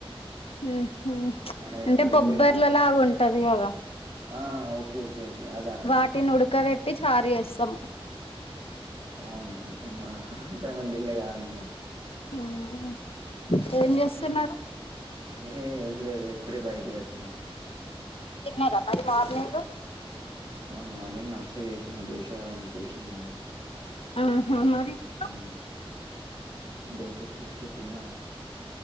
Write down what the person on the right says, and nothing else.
మనం ఎప్పుడు
తినలే
కదా
ఆ ఓకే ఓకే ఓకే అదా
అవునా <inaudible> ఎంతైనా దినలే కదా మేము
ఏహే ఏం లేదు ఇప్పుడే బయటకి వచ్చినా
ఆ మార్నింగ్ నాష్టా చేసినా దోశ చేసింది మమ్మీ
ఉ దోస చేస్తే తిన్న